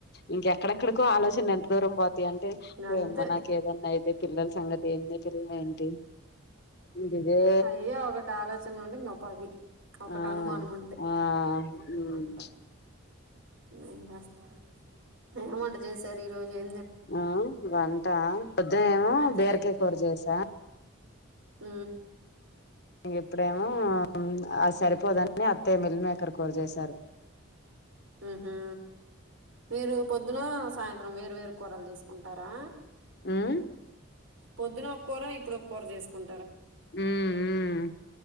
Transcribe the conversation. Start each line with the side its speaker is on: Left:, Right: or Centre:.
Left: ఇంకెక్కడెక్కడికో
Right: ఉమ్
Left: ఆలోచనలు ఎంత దూరం పోతాయి అంటే
Right: గంతే
Left: ఓ యమ్మ నాకు ఏదన్నా అయితే పిల్లల సంగతి ఏ పిల్ల ఏంటి ఇదిదే
Right: అయ్యో ఒకటాలోచనలు ఉంటే ఇంకో పది ఒకటనుమానముంటె
Left: ఆ ఆ ఉమ్
Right: అక్క ఏం జేస్తాం ఏం వంట జేశారీరోజు ఎ
Left: ఆ వంటా పొద్దునేమో
Right: మెత్త
Left: బీరకాయ కూర చేసా
Right: ఊ
Left: ఇప్పుడేమో అద్ సరిపోదని అత్తయ్య మిల్ మేకర్ కూర చేసారు.
Right: ఉహూ మీరు పొద్దునా సాయంత్రం వేరు వేరు కూరలు జేసు కుంటారా.
Left: ఉమ్
Right: పొద్దున్నొక్కూరా ఇప్పుడొక్కూర జేసుకుం
Left: ఉ ఊ